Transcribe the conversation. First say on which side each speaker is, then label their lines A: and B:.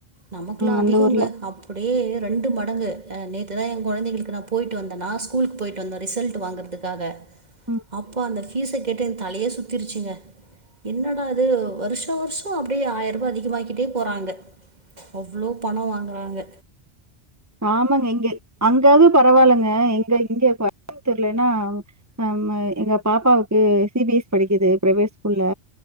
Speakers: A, on the right; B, on the right.
A: நமக்குல்லா
B: அந்த
A: அதிகோங்க
B: ஊர்ல.
A: அப் அப்டே ரெண்டு மடங்கு அ நேத்து தா எ கொழந்தைங்களுக்கு நா போயிட்டு வந்தனா ஸ்கூல்க்கு போயிட்டு வந்தோ ரிசல்டு வாங்கறதுக்காக
B: ம்.
A: அப்பா அந்த ஃபீஸ கேட்டு எ தலையே சுத்திருச்சீங்க என்னடா அது வருஷோ வருஷோ அப்டியே ஆய ரூபா அதிகமாகிட்டே போறாங்க அவ்ளோ பணோ வாங்கறாங்க
B: ஆமாங்க எங்க அங்கயாவுது பரவால்லங்க எங்க இங்க கோயமுதூர்லனா நம்ம எங்க பாப்பாவுக்கு சி பி எஸ் சி படிக்குது ப்ரைவேட் ஸ்கூல்ல